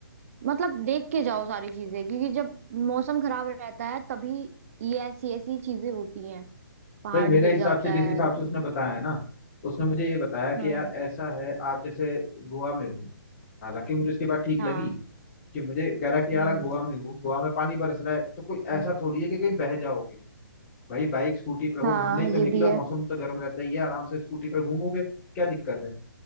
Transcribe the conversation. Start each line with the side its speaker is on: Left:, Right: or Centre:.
Right: मतलब देख के जाओ सारी चीजें क्योंकि जब मौसम खराब रहता है तभी ये ऐसी ऐसी चीजें होती हैं पहाड़
Left: भाई मेरे
Right: गिर
Left: हिसाब
Right: जाता
Left: से जिस
Right: है
Left: हिसाब से उसने बताया है ना उसने मुझे ये बताया
Right: हम्म
Left: कि यार ऐसा है आप जैसे गोवा में हो हालांकि मुझे उसकी बात ठीक
Right: हाँ
Left: लगी कि मुझे कह रहा कि यार
Right: हम्म
Left: आप गोवा में हो गोवा में पानी बरस रहा है तो कोई
Right: हम्म,
Left: ऐसा थोड़ी है कि कहीं बह जाओगे भाई बाइक स्कूटी पे हो
Right: हाँ
Left: घूमने ही तो निकलो
Right: ये भी है
Left: मौसम तो गर्म रहता ही है आराम से स्कूटी पे घूमोगे क्या दिक्कत है